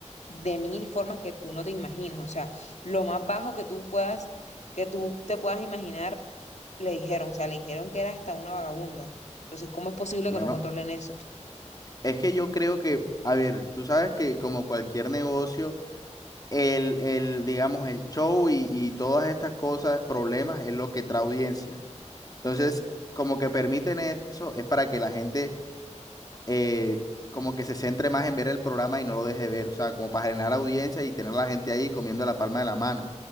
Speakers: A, on the left; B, on the left.
A: de mil formas que tú no te imaginas. O sea, lo más bajo que tú puedas, que tú te puedas imaginar, le dijeron. O sea, le dijeron que era hasta una vagabunda. Entonces, ¿cómo es posible
B: Bueno,
A: que no controlen eso?
B: es que yo creo que, a ver, tú sabes que como cualquier negocio, el, el, digamos, el show y, y todas estas cosas, problemas, es lo que trae audiencia. Entonces, como que permiten eso, es para que la gente eh, como que se centre más en ver el programa y no lo deje ver, o sea, como para generar audiencia y tener a la gente ahí comiendo la palma de la mano.